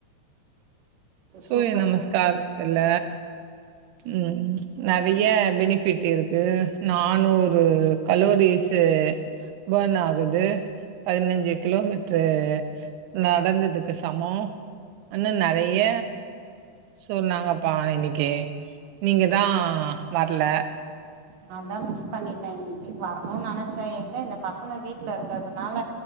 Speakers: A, on the right; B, on the right.
A: சூரிய
B: சூப்பர்
A: நமஸ்கார்
B: சூப்பர்
A: கல்ல ம் நெறைய பெனிஃபிட் இருக்கு நானூறு கலோரிஸ் பர்ன் ஆகுது பதினஞ்சு கிலோமீட்ரு நடந்து துக்கு சமோ அன்னன் நெறைய சொன்னாங்கப்பா இன்னைக்கு நீங்கதா வர்ல
B: நாந்தா மிஸ் பண்ணிட்டே இன்னைக்கு வரணுனு நெனைச்சே எங்க இந்த பசங்க வீட்டுல இருக்குறதுனால